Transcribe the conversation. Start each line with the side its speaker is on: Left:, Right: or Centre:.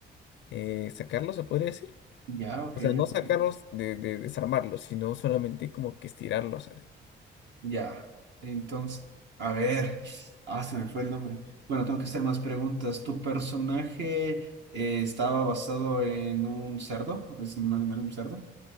Left: eh, sacarlos, se podría decir.
Right: Ya, ok,
Left: O sea, no
Right: ok.
Left: sacarlos de, de desarmarlos, sino solamente como que estirarlos así.
Right: Ya. Entonces, a ver. Ah, se me fue el nombre. Bueno, tengo que hacer más preguntas. ¿Tu personaje eh, estaba basado en un cerdo? ¿Es un animal, un cerdo?